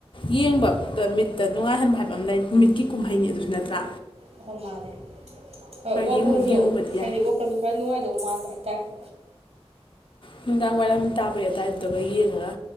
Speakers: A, on the left; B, on the right.
A: ꯌꯦꯡꯕꯗ ꯃꯤꯠꯇ ꯅꯨꯡꯉꯥꯏꯍꯟꯕ ꯍꯥꯏꯕ ꯑꯃ ꯂꯩ ꯃꯤꯠꯀꯤ ꯀꯨꯝꯍꯩꯅꯤ ꯑꯗꯨꯁꯨ ꯅꯠꯇ꯭ꯔ꯫
B: ꯑꯣꯈꫭꯃꯥꯅꯦ ꯍꯣꯏ ꯋꯥꯈꯜꯁꯨ
A: ꯌꯦꯡꯉꯨ ꯌꯦꯡꯉꯨꯕꯗꯤ
B: ꯍꯥꯏꯗꯤ
A: ꯌꯥꯏ
B: ꯋꯥꯈꯜꯁꯨ ꯈꯔ ꯅꯨꯡꯉꯥꯏꯗꯧ ꯃꯥꯟꯕ ꯍꯥꯏꯗꯤ꯫ <unintelligible>
A: ꯅꯨꯡꯗꯥꯡꯋꯥꯏꯔꯝ ꯇꯥꯕꯩ ꯑꯗꯨꯋꯥꯏꯗꯨꯗꯒ ꯌꯦꯡꯉꯒ꯫